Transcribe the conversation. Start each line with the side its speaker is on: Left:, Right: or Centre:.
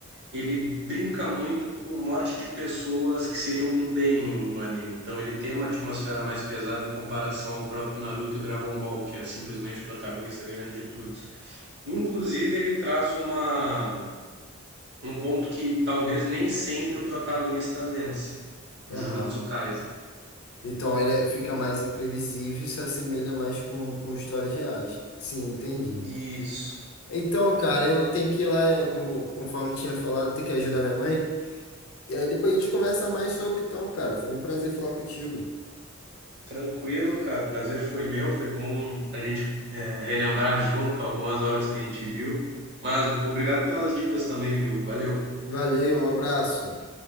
Right: ele brinca muito com morte de pessoas que seriam do bem no, no anime. Então ele tem uma atmosfera mais pesada em comparação ao próprio Naruto e Dragon Ball, que é simplesmente o protagonista ganhando de todos. Inclusive, ele traz uma, um ponto que talvez nem sempre o protagonista vença, Jujutsu
Left: Aham.
Right: Kaisen.
Left: Então ele é- fica mais imprevisível e se assemelha mais com, com histórias reais. Sim, entendi.
Right: Isso.
Left: Então, cara, eu tenho que ir lá, é, como, conforme tinha falado, ter que ajudar minha mãe. E aí depois a gente conversa mais sobre, então, cara. Foi um prazer falar contigo.
Right: Tranquilo, cara. O prazer foi meu. Foi bom a gente é, relembrar junto algumas obras que a gente viu. Mas obrigado pelas dicas também, viu? Valeu.
Left: Valeu, um abraço.